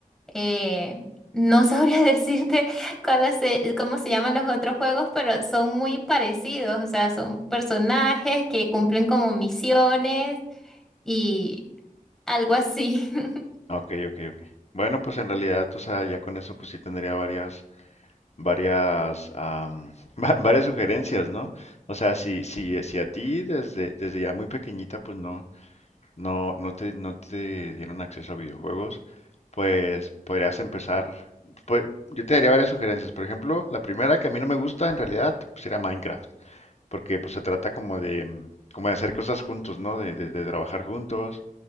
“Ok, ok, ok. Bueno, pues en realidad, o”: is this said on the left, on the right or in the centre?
Left